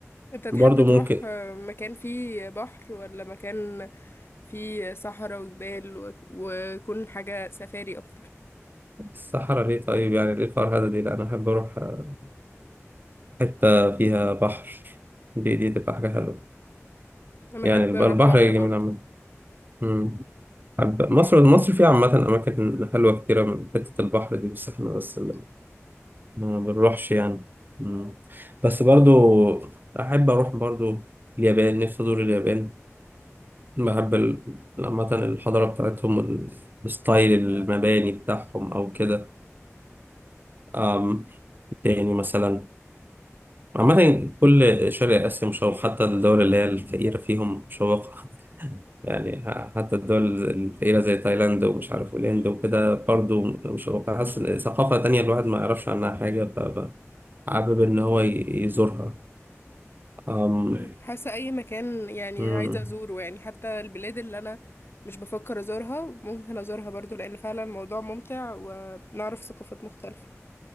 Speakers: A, on the left; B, on the right.
A: انت تحب
B: برضه
A: تروح
B: ممكن
A: آه، مكان فيه بحر ولا مكان فيه صحراء وجبال و- ويكون حاجة سفاري اكتر
B: الصحراء ليه طيب يعني ليه الفرهدة دي لا أنا أحب أروح آه، حتة فيها بحر دي دي تبقى حاجة حلوة
A: انا
B: يعني
A: احب
B: الب-
A: اروح
B: البحر
A: بحر
B: جميل
A: برضه
B: عامة أمم. أحب- مصر مصر فيها عامة أماكن حلوة كتيرة من حتة البحر دي بس إحنا بس اللي ما بنروحش يعني أمم. بس برضو أحب أروح برضو اليابان نفسي أزور اليابان بحب ال- عامة الحضارة بتاعتهم وال- الستايل المباني بتاعهم أو كده أم، تاني مثلا عامة كل شرق آسيا مشوق حتى الدول اللي هي الفقيرة فيهم مشوقة <laughs> يعني حتى الدول الفقيرة زي تايلاند ومش عارف والهند وكده برضه مشوقة حاسس إن ثقافة تانية الواحد ما يعرفش عنها حاجة فحابب إن هو ي- يزورها أم...
A: مم. حاسة اي مكان يعني
B: مم.
A: عايزة ازوره يعني حتى البلاد اللي انا مش بفكر ازورها ممكن ازورها برضه لان فعلا الموضوع ممتع ونعرف ثقافات مختلفة